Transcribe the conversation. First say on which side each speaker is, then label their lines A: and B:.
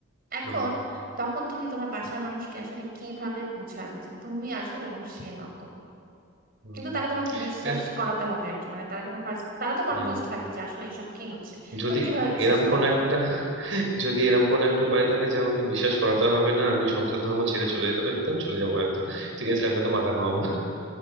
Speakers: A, on the right; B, on the right.
A: এখন
B: হুম
A: তখন তুমি তোমার বাসার মানুষকে আসলে কিভাবে বুঝাবে যে তুমি আসল এবং সে নকল
B: হুম,
A: কিন্তু তারা তোমাকে বিশ্বাস
B: এহ,
A: করাতে হবে আর কি মানে তারা কিন্তু ফার্স্ট তারা তো কনফিউজড
B: হুম।
A: থাকবে যে আসলে এইসব কি হচ্ছে
B: যদি
A: তুমি কিভাবে বিশ্বাস
B: এরম
A: করাবে
B: কোন একটা যদি এরম কোন একটা উপায় থাকে যে আমাকে বিশ্বাস করাতে হবে না আমি সংসার ধর্ম ছেড়ে চলে যেতে পারি তাহলে আমি চলে যাবো হয়তো ঠিক আছে আমি তো মাথা ঘামাবো না